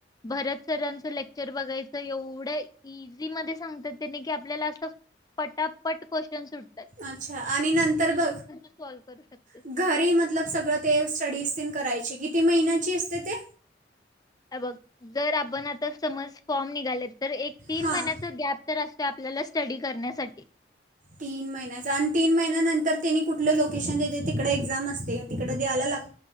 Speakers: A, on the left; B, on the right.
A: भरत सरांच लेक्चर बघायचं एवढ्या इझी मध्ये सांगतात तेने की आपल्याला असं पटापट क्वेस्टियन्स सुट
B: अच्छा आणि नंतर ब
A: सॉल्व्ह करू शकतेस
B: घरी मतलब, सगळं ते स्टडीजतेन करायची, किती महिन्याची असते ते?
A: अबघ जर आपण, आता समज फॉर्म निघालेत तर एक तीन
B: हां
A: महिन्याच गॅप तर आस आपल्याला स्टडी करण्यासाठी.
B: तीन महिन्याचा आणि तीन महिन्यानंतर तिने कुठलं लोकेशन देतय तिकडे एक्झाम असते तिकडे द्यायला लागत